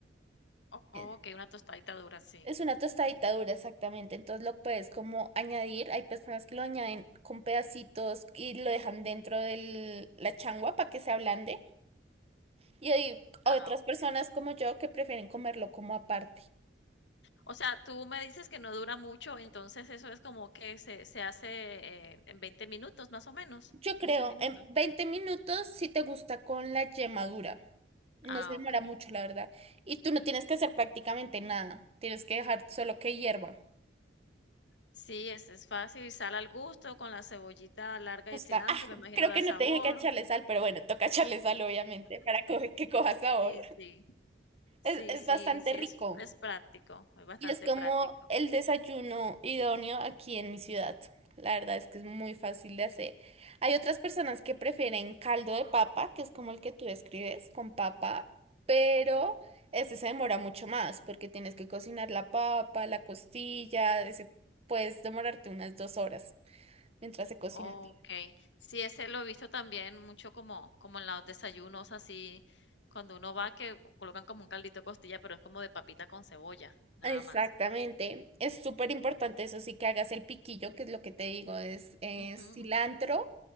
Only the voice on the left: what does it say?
O
okey, una tostadita dura, sí.
Ah, okey.
O sea, tú me dices que no dura mucho, entonces eso es como que se se hace, eh, en 20 minutos, más o menos,
15
minutos.
Ah,
okey.
Sí, es, es fácil y sal al gusto con la cebollita larga
y el cilantro,
me imagino
da
sabor.
Sí, sí. Sí,
sí,
sí,
es, es práctico, es bastante
práctico.
Okey. Sí, ese lo he visto también mucho como como en los desayunos así, cuando uno va que colocan como un caldito de costilla, pero es como de papita con cebolla, nada
más.
Ujú.